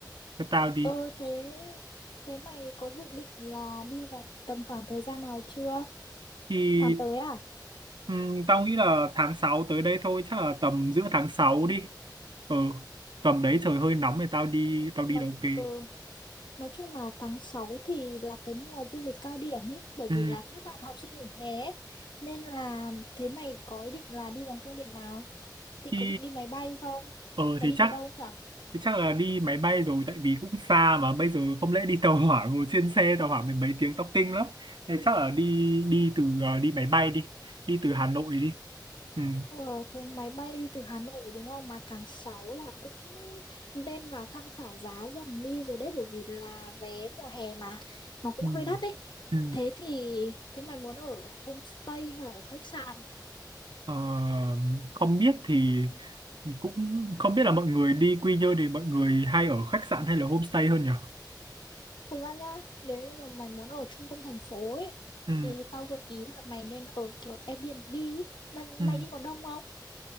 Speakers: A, on the right (about 85°); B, on the left (about 80°).
A: cho tao đi.
B: ờ thế thế mày có dự định là đi vào tầm khoảng thời gian nào chưa
A: Thì
B: tháng tới à
A: ừm, tao nghĩ là tháng 6 tới đây thôi, chắc là tầm giữa tháng 6 đi. Ừ, tầm đấy trời hơi nóng thì tao đi, tao
B: nói,
A: đi là ok.
B: ừ, nói chung là tháng 6 thì là cái mùa du lịch cao điểm ấy bởi
A: Ừ,
B: vì là các bạn học sinh nghỉ hè ấy. nên là thế mày có ý định là đi bằng phương tiện nào định
A: Thì
B: có định đi máy bay không
A: Ờ
B: mày
A: thì
B: đi
A: chắc
B: từ đâu nhỉ
A: thì chắc là đi máy bay rồi tại vì cũng xa mà bây giờ không lẽ đi tàu hỏa ngồi trên xe tàu hỏa mình mấy tiếng tóc kinh lắm. Thế chắc là đi đi từ ờ, đi máy bay đi, đi từ Hà Nội đi. Ừ.
B: Ờ, thế máy bay đi từ Hà Nội đúng không? Mà tháng 6 là cũng lên vào tham khảo giá dần đi rồi đấy bởi vì là vé mùa hè mà nó cũng
A: Ừ.
B: hơi đắt đấy.
A: Ừ.
B: Thế thì thế mày muốn ở homestay hay là ở khách sạn?
A: Ờ, không biết thì cũng không biết là mọi người đi Quy Nhơn thì mọi người hay ở khách sạn hay là homestay hơn nhỉ?
B: Thật ra nhá, nếu như mà mày muốn ở trung tâm thành phố ấy
A: Ừ.
B: thì tao gợi ý là mày nên ở kiểu Airbnb. ấy. Mày,
A: Ừ.
B: mày đi có đông không?